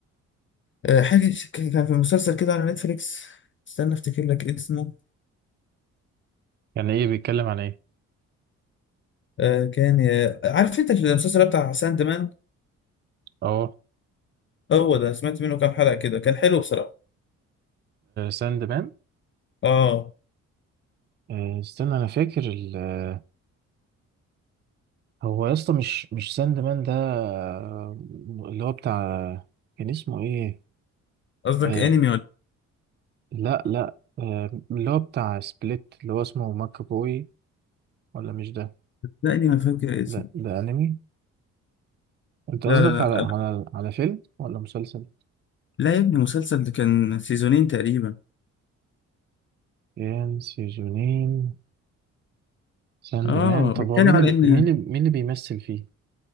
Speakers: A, on the left; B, on the right.
A: آه، حاجة ش- كان في مسلسل كده على نتفليكس استنى افتكر لك اسمه
B: يعني ايه بيتكلم عن ايه
A: آه كان آه، عارف انت المسلسل بتاع ساند مان
B: اه
A: هو ده سمعت منه كام حلقة كده كان حلو بصراحة
B: ساند مان
A: اه
B: استنى انا فاكر ال... آه، هو يا اسطى مش مش ساند مان ده آه، اللي هو بتاع كان اسمه ايه
A: قصدك
B: آه
A: انمي ولا
B: لا لا آه اللي هو بتاع سبليت اللي هو اسمه ماكابوي ولا مش ده
A: لا انمي ما فاكر اسمه
B: لا ده انمي انت
A: لا
B: قصدك
A: لا لا
B: على على
A: آه،
B: على فيلم ولا مسلسل
A: لا يا ابني مسلسل ده كان سيزونين تقريبا
B: كان سيزونين ساند
A: اه
B: مان طب
A: بيتكلم
B: هو مين
A: على
B: اللي
A: ان
B: بي... مين اللي مين اللي بيمثل فيه